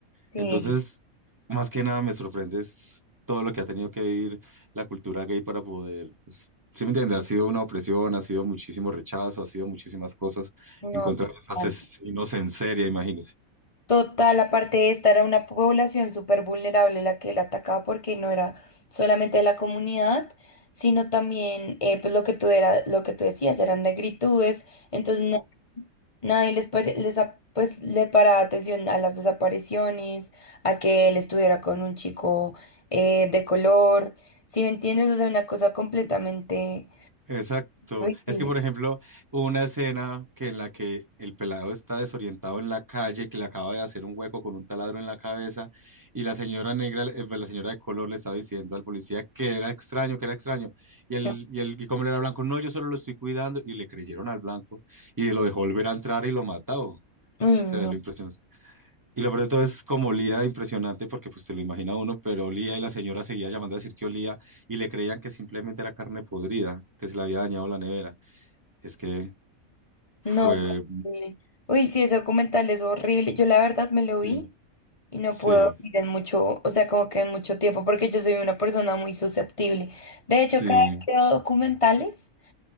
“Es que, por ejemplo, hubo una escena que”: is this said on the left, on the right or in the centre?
Right